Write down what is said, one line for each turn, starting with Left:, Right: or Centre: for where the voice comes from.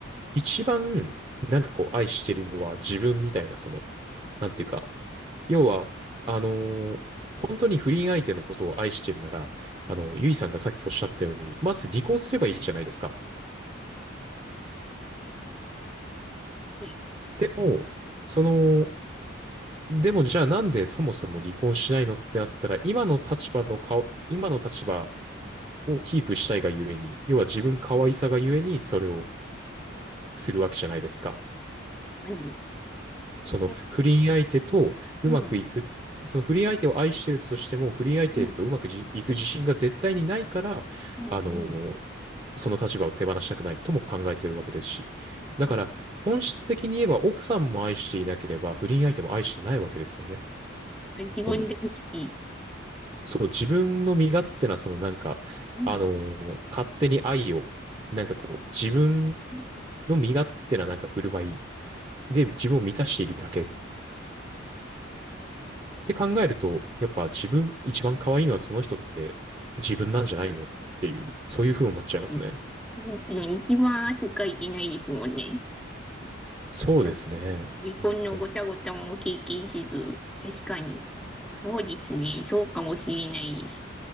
Right: 一番、なんかこう愛してるのは自分みたいな、その、なんていうか、要は、あのー本当に不倫相手のことを愛してるなら、あの、ゆいさんがさっきおっしゃったように、まず離婚すればいいじゃないですか。
Centre: はい
Right: でも、その、でもじゃあなんでそもそも離婚しないのってなったら、今の立場の顔、今の立場、をキープしたいがゆえに、要は自分可愛さがゆえにそれをするわけじゃないですか。
Centre: 確かに。
Right: その不倫相手とうまくいく、
Centre: なんかうん。
Right: その不倫相手を愛してるとしても、不倫相手とうまくじいく自信が絶対にないから、
Centre: うん。うん。
Right: あのー
Centre: うん。
Right: その立場を手放したくないとも考えているわけですし。だから、
Centre: あ、
Right: 本質的に言えば奥さんも愛していなければ、不倫相手も愛してないわけですよね。
Centre: 自分大好き。
Right: この、そう、自分の身勝手な、そのなんか、
Centre: うん。
Right: あのー勝手に愛を、なんかこう、自分
Centre: 確
Right: の身勝手ななんか振る舞いで自分を満たしているだけって考えると、やっぱ自分一番可愛いのはその人って自分なんじゃないのっていう、そういうふうに思っちゃいますね。
Centre: かに。うんうん一番汗かいてないですもんね。
Right: そうですね。
Centre: なんか、離婚のごたごたも経験せず、
Right: 本当に。
Centre: 確かに。そうですね。そうかもしれないです。